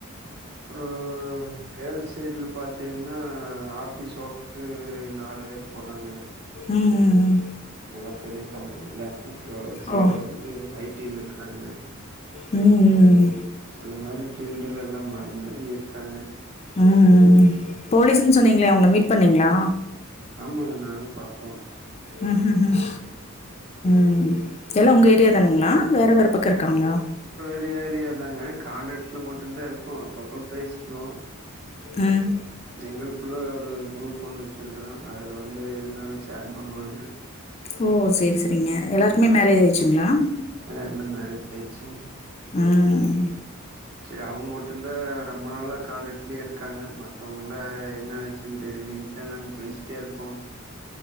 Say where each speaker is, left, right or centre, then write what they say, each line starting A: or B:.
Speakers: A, on the right (about 50°); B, on the left (about 30°).
A: ஒரூ கேர்ள்ஸ் சைடில பாத்தீங்கன்னா ஆஃபீஸ் ஒர்க்கு நாலு பேர் போறாங்க
B: ம் ம்ம்
A: நல்லா பெரிய கம்பெனில அப்பற ஒரு சிலர்
B: ஓ!
A: வந்து ஐ டில இருக்கிறாங்க
B: ம் ம்.
A: அந்த மாரி ஃபீல்டுல்ல எல்லா மாறி மாறி இருக்காங்க
B: ம் ம் போலீஸ்ன்னு சொன்னீங்களே அவங்கள மீட் பண்ணீங்களா
A: ஆமாங்க நானு பாப்போ
B: ம் ம் ம் ம் எல்லா உங்க ஏரியா தானுங்களா வேறவேற பக்க இருக்காங்களா
A: இந்த ஏரியா தாங்க கான்டக்டல்ல மட்டும்தா இருப்போ அப் பப்ப பேசிக்குவோ
B: ம்
A: எங்குளுக்குள்ள ஒரு குரூப் ஒன்னு வைச் இருக்கறோ அதுல வந்து எதுனாலு ஷேர் பண்ணுவாங்க
B: ஓ செர் செரிங்க எல்லாருக்குமே மேரேஜ் ஆயிடுச்சுங்களா
A: அ எல்லாம் மேரேஜ் ஆயிடுச்சுங்க.
B: ம்
A: செரி அவுங்க மட்டும்தா ரொம்ப நாளா காான்டக்லயே இருக்காங்க மத்தவங்கல்லா என்ன ஆச்சுன்னு தெரிலணுட்டு நாங்க பேசிட்டே இருப்போ